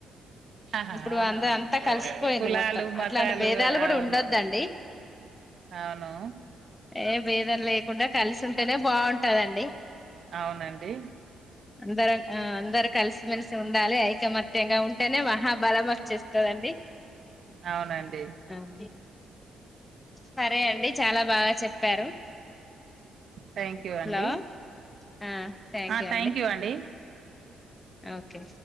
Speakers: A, on the right; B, on the left.
A: ఆహా
B: ఇప్పుడు
A: అవునవును
B: అంద అంతా కలిసిపోయింది
A: కులాలు
B: మొత్తం
A: మతాలు
B: అట్లాంటి భేదాలు కూడా
A: అవును
B: ఉండొద్దండి
A: అవును
B: ఏ భేదం లేకుండా కలిసి ఉంటేనే బాన్ టదండి
A: అవునండి
B: అందరం ఆ అందరు కలిసిమెలిసి ఉండాలి ఐకమత్యంగా ఉంటేనే మహాబలం వచ్చేస్తాదండి
A: అవునండి
B: హ ఆ సరే అండి చాలా బాగా చెప్పారు
A: థ్యాంక్యూ అండి
B: హలో ఆ థ్యాంక్
A: ఆ
B: యూ
A: థ్యాంక్యూ అండి
B: ఓకే